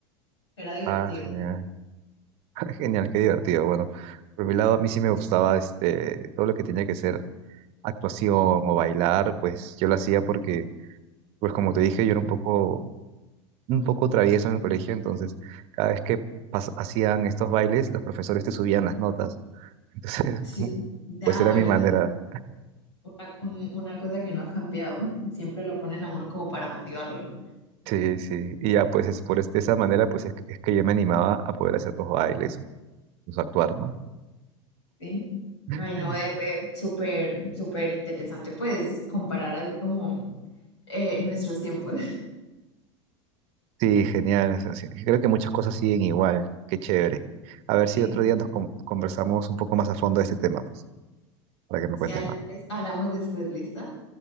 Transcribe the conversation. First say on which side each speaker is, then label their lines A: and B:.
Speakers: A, on the left (about 70°); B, on the right (about 45°).
A: Era divertido.
B: Ah, genial. <laughs> Genial, qué divertido. Bueno, por mi lado a mí sí me gustaba este todo lo que tenía que ser actuación o bailar, pues yo lo hacía porque, pues como te dije, yo era un poco, un poco travieso en el colegio, entonces cada vez que pas- hacían estos bailes, los profesores te subían las notas. Entonces,
A: Sí.
B: <laughs>
A: Ah,
B: pues era
A: bueno,
B: mi manera.
A: esa es una, un- una cosa que no ha cambiado. Siempre lo ponen a uno como para motivarlo.
B: Sí, sí. Y ya pues es por es- de esa manera, pues es, que es que yo me animaba a poder hacer los bailes o, pues, actuar, ¿no?
A: Sí.
B: <laughs>
A: Ay, no, es súper, súper interesante, pues, comparar así como eh, nuestros tiempos. <laughs>
B: Sí, genial. o sea, sí, Creo que muchas cosas siguen igual. Qué chévere. A ver si
A: Sí.
B: otro día nos con- conversamos un poco más a fondo de este tema, pues, para que me
A: Sí,
B: cuentes
A: Ale,
B: más.
A: entonces hablamos después, ¿listo?